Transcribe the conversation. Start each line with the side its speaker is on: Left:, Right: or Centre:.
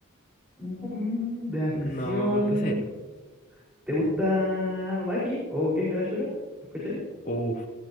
Centre: Bu- De acción,
Left: No, ponte serio.
Centre: ¿te gusta Baki o Kengan Ashura? ¿Los cachai?
Left: Uf,